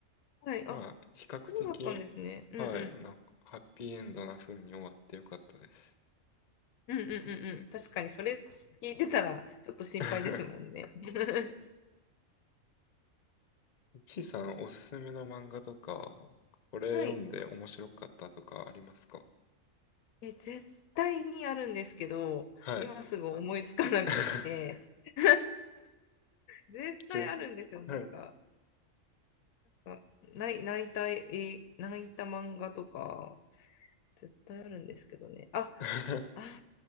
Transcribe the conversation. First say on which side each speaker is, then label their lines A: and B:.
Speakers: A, on the left; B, on the left.
A: はい。
B: まあ、
A: あ、
B: 比較的、
A: そうだったんですね。うんうん。
B: はい、なんかハッピーエンドな風に終わってよかったです。
A: うんうんうんうん。確かに、それ聞いてたら、ちょっと心配ですもんね。
B: <laughs>
A: <laughs>
B: ちいさん、おすすめの漫画とか、これ読んで面白かったとかありますか
A: はい。え、絶対にあるんですけど、
B: はい。
A: 今すぐ思いつかなくって。
B: <laughs>
A: <laughs> 絶対あるんですよ、
B: ち、はい。
A: なんか。あ泣い泣いた、えー泣いた漫画とか、絶対あるんですけどね。あ、
B: <laughs>
A: あ、